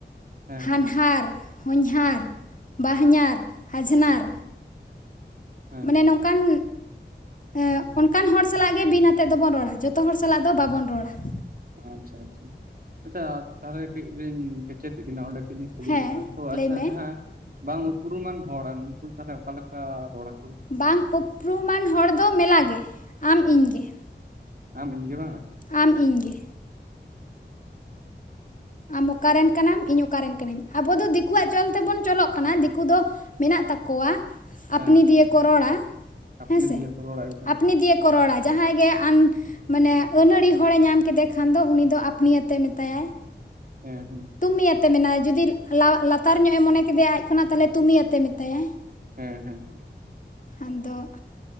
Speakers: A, on the right (about 50°); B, on the left (about 45°).
A: ᱦᱮᱸ
B: ᱦᱟᱱᱦᱟᱨ,
A: ᱦᱮᱸ
B: ᱦᱚᱧᱦᱟᱨ, ᱵᱟᱦᱚᱧᱟᱨ, ᱟᱡᱷᱱᱟᱨ,
A: ᱦᱮᱸ
B: ᱢᱟᱱᱮ ᱱᱚᱝᱠᱟᱱ ᱮᱸ ᱚᱱᱠᱟᱱ ᱦᱚᱲ ᱥᱟᱞᱟᱜ ᱜᱮ ᱵᱤᱱ ᱟᱛᱮᱜ ᱫᱚ ᱵᱚᱱ ᱨᱚᱲ-ᱟ ᱡᱚᱛᱚ ᱦᱚᱲ ᱥᱟᱞᱟᱜ ᱫᱚ ᱵᱟᱵᱚᱱ ᱨᱚᱲ-ᱟ ᱾
A: ᱟᱪᱪᱷᱟ ᱟᱪᱪᱷᱟ ᱟᱪᱪᱷᱟ ᱛᱟᱦᱞᱮ ᱠᱟᱹᱡ ᱞᱤᱧ ᱠᱮᱪᱮᱫ ᱵᱤᱱᱟ ᱚᱸᱰᱮ <unintelligible> ᱠᱩᱞᱤᱜ
B: ᱦᱮᱸ
A: ᱵᱤᱱᱟ ᱛᱚ
B: ᱞᱟᱹᱭ
A: ᱟᱪᱪᱷᱟ
B: ᱢᱮ
A: ᱡᱟᱸᱦᱟ ᱵᱟᱝ ᱩᱯᱨᱩᱢᱟᱱ ᱦᱚᱲ ᱩᱱᱠᱩ ᱛᱟᱦᱞᱮ ᱚᱠᱟᱞᱮᱠᱟ ᱨᱚᱲᱟ
B: ᱵᱟᱝ ᱩᱯᱨᱩᱢᱟᱱ ᱦᱚᱲ ᱫᱚ ᱢᱮᱞᱟ ᱜᱮ ᱟᱢ ᱤᱧ ᱜᱮ ᱾
A: ᱟᱢ ᱤᱧ ᱜᱮ ᱵᱟᱝ,
B: ᱟᱢ ᱤᱧ ᱜᱮ, ᱟᱢ ᱚᱠᱟᱨᱮᱱ ᱠᱟᱱᱟᱢ ᱤᱧ ᱚᱠᱟᱨᱮᱱ ᱠᱟᱹᱱᱟᱹᱧ ᱟᱵᱚ ᱫᱚ ᱫᱤᱠᱩᱣᱟᱜ ᱪᱚᱞ ᱛᱮᱵᱚᱱ ᱪᱚᱞᱚᱜ ᱠᱟᱱᱟ ᱫᱤᱠᱩ ᱫᱚ ᱢᱮᱱᱟᱜ ᱛᱟᱠᱚᱣᱟ
A: ᱦᱮᱸ
B: ᱟᱯᱱᱤ
A: ᱦᱮᱸ
B: ᱫᱤᱭᱮ
A: ᱦᱮᱸ
B: ᱠᱚ ᱨᱚᱲᱟ
A: ᱟᱯᱱᱤ
B: ᱦᱮᱸ ᱥᱮ
A: ᱫᱤᱭᱮ ᱠᱚ ᱨᱚᱲᱟ ᱮᱠᱫᱚᱢ
B: ᱟᱯᱱᱤ
A: ᱴᱷᱤᱠ
B: ᱫᱤᱭᱮ ᱠᱚ ᱨᱚᱲᱟ ᱡᱟᱦᱟᱸᱭ ᱜᱮ ᱟᱱ ᱢᱟᱱᱮ ᱟᱹᱱᱟᱹᱲᱤ ᱦᱚᱲᱮ ᱧᱟᱢ ᱠᱮᱫᱮ ᱠᱷᱟᱱ ᱫᱚ ᱩᱱᱤ ᱫᱚ ᱟᱯᱱᱤᱭᱟᱛᱮ ᱢᱮᱛᱟᱭᱟᱭ ᱾
A: ᱦᱮᱸ <unintelligible>
B: ᱛᱩᱢᱤ ᱟᱛᱮ ᱢᱮᱱᱟᱭ ᱡᱩᱫᱤ ᱞᱟᱣ ᱞᱟᱛᱟᱨ ᱧᱚᱜ ᱮ ᱢᱚᱱᱮ ᱠᱮᱫᱮᱭᱟ ᱟᱡ ᱠᱷᱚᱱᱟᱜ ᱛᱟᱦᱞᱮ ᱛᱩᱢᱤᱭᱟᱛᱮ ᱢᱮᱛᱟᱭᱟᱭ ᱾
A: ᱦᱮᱸ ᱦᱮᱸ ᱾
B: ᱟᱫᱚ